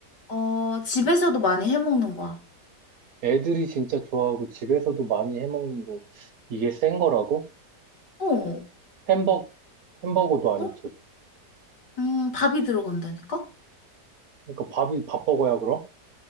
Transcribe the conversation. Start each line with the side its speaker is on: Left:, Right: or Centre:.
Left: 어, 집에서도 많이 해 먹는 거야.
Right: 애들이 진짜 좋아하고 집에서도 많이 해먹는 거, 이게 센 거라고?
Left: 어,
Right: 햄버거, 햄버거도 아닐
Left: 너- 어?
Right: 테고.
Left: 음, 밥이 들어간다니까?
Right: 그러니까 밥이, 밥버거야, 그럼?